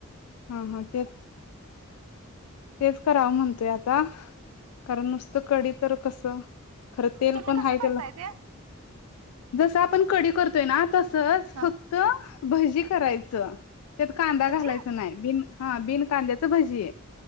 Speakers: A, on the left (about 75°); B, on the right (about 80°).
A: हा हा तेच तेच कराव म्हण <unintelligible> आ कारण नुसत कडी तर कसं खरं तेल
B: तुम्ही
A: पण
B: कसं
A: हाय
B: करताय
A: त्याला
B: ते?
A: जसं आपण कडी करत ना तसं सच
B: हा
A: फक्त भजी करायचं. त्यात कांदा
B: भजी
A: घालायच हा बिन कांद्या त्याचं भजी.